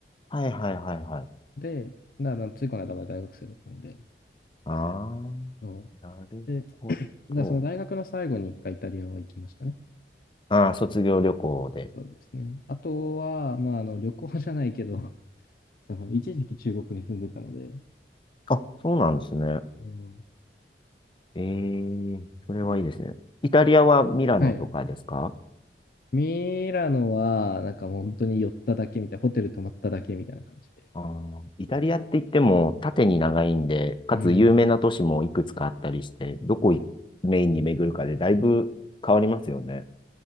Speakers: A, on the left (about 30°); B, on the left (about 55°).
A: はいはいはいはい。
B: で、だからついこの間まで大学生だったので、
A: ああ、
B: そ
A: なるほど。
B: うで、<clears throat> だその大学の最後に一回イタリアは行きましたね。
A: ああ、卒業旅行で。
B: そうですね。あとは、まあ、あの、旅行じゃないけど、<laughs> その一時期中国に住んでたので、
A: あ、そうなんですね。
B: うんっ
A: ええ、それはいいですね。
B: ていう
A: イタリアはミラノとかですか
B: うんはい。ミラノは、なんかもう本当に寄っただけみたいな、ホテル泊まっただけみたいな感じで。
A: あーイタリアって言っても縦に長いんで、かつ有名な都市もいくつかあったりして、
B: うん。
A: どこいメインに巡るかでだいぶ変わりますよね。